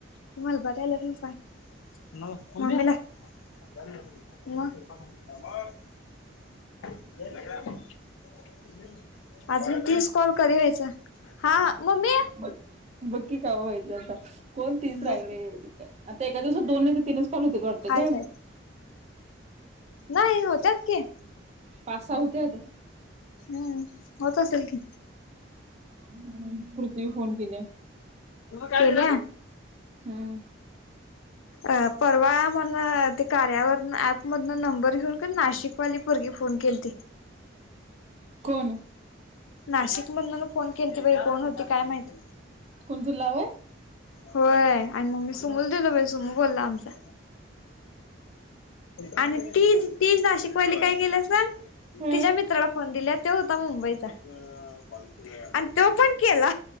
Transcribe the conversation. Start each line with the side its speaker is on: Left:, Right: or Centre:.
Left: तुम्हाला बरं <unintelligible> म <unintelligible> सांग मम्मीला म अ <unintelligible> अजून तीस कॉल कधी व्हायचं? हा, मम्मी-
Right: बघ बघ की व्हायचं आता कोण तीच राहिलेय
Left: बघ की
Right: आता एका दिवसात दोन नाही तीनच कॉल होतील वाटतं
Left: हायत
Right: गं
Left: हायत नाही होत्यात की
Right: पाच सहा होते आता
Left: हम्म होत असलं की
Right: हम् कृती फोन केल्या.
Left: केला
Right: हम्म
Left: अ परवा म्हण ते कार्यावरण ऍपमधन नंबर घेऊन की ना नाशिक वाली पोरगी फोन केलती.
Right: कोण?
Left: नाशिक मधून फोन केली बाई कोण होती काय माहित?
Right: कोण तुला वय?
Left: होय, आणि मम्मी सुमूला दिलो बा सुमू बोलला आमचा. आणि ती ती नाशिकवाली काय केल्या सांग.
Right: हं
Left: तिच्या मित्राला फोन दिला. तो होता मुंबईचा. <inaudible> आणि तो पण केला